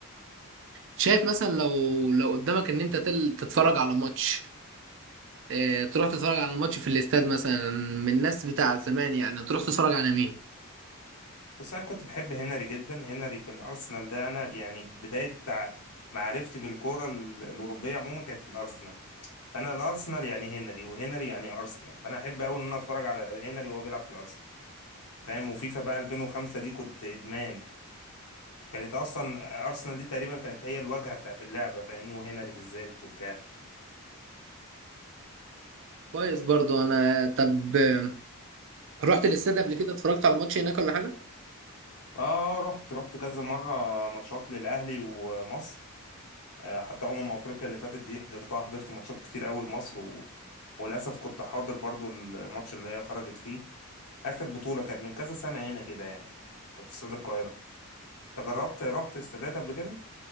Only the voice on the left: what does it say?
بس انا كنت بحب هنري جدا هنري في الارسنال ده انا يعني بدايه تع- معرفتي بالكوره ال- الاوروبيه عموما كانت في الارسنال انا الارسنال يعني هنري وهنري يعني ارسنال فانا احب قوي ان انا اتفرج على هنري وهو بيلعب في الارسنال فاهم وفيفا بقى 2005 دي كنت ادمان كانت اصلا ارسنال دي تقريبا كانت هي الواجهه بتاعت اللعبه فاهمني وهنري بالذات وبتاع
اه آه، رحت رحت كذا مره ماتشات للاهلي ومصر آه، حتى أمم أفريقيا اللي فاتت دي حضرتها حضرت ماتشات كتير أوي لمصر و... وللأسف كنت حاضر برضو الماتش اللي هي خرجت فيه آخر بطولة كانت من كذا سنة هنا كده يعني كانت في استاد القاهرة أنت جربت رحت استادات قبل كده